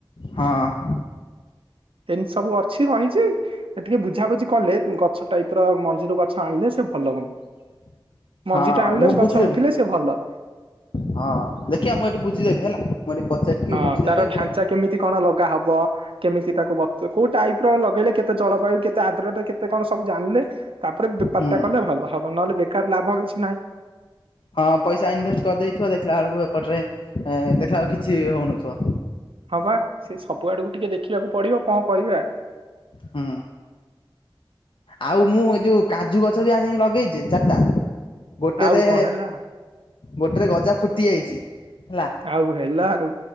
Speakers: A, on the left; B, on the right.
A: ହଁ
B: ଏମିତି ସବୁ ଅ ଛି ରହିଛି ଟିକେ ବୁଝାବୁଝି କଲେ ଗଛ ଟାଇପ ର ମଞ୍ଜିରୁ ଗଛ ଆଣିଲେ ସେ ଭଲ ହୁଅନ୍ତ
A: <inaudible>
B: ମଞ୍ଜି ଟା ଆଣିଲେ
A: ମୁଁ
B: ଗଛ
A: ବୁଝିଦେବି
B: ଉଠିଲେ ସେ ଭଲ
A: ହଁ ଦେଖିବା ମୁଁ ଏଠି ବୁଝିଦେବି ହେଲା ମୁଁ ଏଠି ପଚାରିକି
B: ହଁ
A: ବୁଝିଦେବି
B: ତାର ଢାଞ୍ଚା
A: କଣ
B: କେମିତି କଣ ଲଗା ହବ କେମିତି ତାକୁ ବ କୋଉ ଟାଇପ ର ଲଗେଇଲେ କେତେ ଜଳବାୟୁ କେତେ ଆଦ୍ରଟ କେତେ କଣ ସବୁ ଜାଣିଲେ ତାପରେ ଦୁପାରଟା
A: ହୁଁ
B: କଲେ ଭଲ ହବ ନହେଲେ ବେକାର ଲାଭ କିଛି ନାହିଁ
A: ହଁ ପଇସା ଇନଭେଷ୍ଟ କରିଦେଇଥିବ ଦେଖିଲା ବେଳକୁ ଏପଟରେ ଦେଖିଲା ଆଉ କିଛି ହଉନଥିବ
B: ହଁବା ସେ ସବୁ ଆଡକୁ ଟିକେ ଦେଖିବାକୁ ପଡିବ କଣ କରିବା
A: ହଁ ଆଉ ମୁଁ ଏ ଯୋଉ କାଜୁ ଗଛ ବି ଆଣିକି ଲଗେଇଛି ଚାରିଟା ଗୋଟେରେ
B: ଆଉ କଣ ହେଲା
A: ଗୋଟେରେ ଗଜା ଫୁଟି ଯାଇଛି ହେଲା
B: ଆଉ ହେଲା ଆଉ